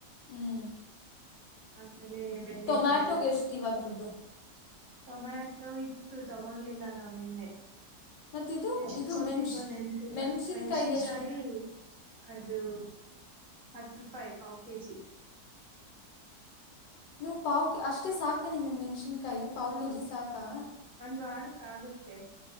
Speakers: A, on the left; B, on the right.
A: ಹ್ಮ್
B: ಆಮೇಲೆ ಬೆಂಡೆಕಾಯಿ
A: ಟೊಮ್ಯಾಟೊಗೆ ಎಷ್ಟು ಇವಾಗ ದುಡ್ಡು
B: ಟೊಮ್ಯಾಟೊ ಇತ್ತು ತಗೊಂಡ್ ಲ್ಲಿಲ್ಲ ನಾವು ಇಲ್ಪಿ.
A: ಮತ್ತಿದು
B: ಎಷ್ಟು
A: ಇದು
B: ಕೊಟ್ಟಿದ್ಯೋ
A: ಮೆಣ್ಸ್
B: ನೆನಪಿಲ್ಲ
A: ಮೆಣ್ಸಿನ್ಕಾಯಿಗೆ
B: ಮೆಣಸಿನಕಾಯಿ.
A: ಎಷ್ಟು
B: ಅದು ಹತ್ತು ರೂಪಾಯಿ ಪಾವ್ ಕೆಜಿ.
A: ನೀವು ಪಾವು ಕೆ ಅಷ್ಟು ಸಾಕಾ ನಿಮ್ಮ ಮೆಣಸಿನಕಾಯಿ ಪಾವು
B: ಹ್ಮ್
A: ಕೆಜಿ ಸಾಕಾ.
B: ಒಂದ್ ವಾರಕ್ಕೆ ಆಗುತ್ತೆ.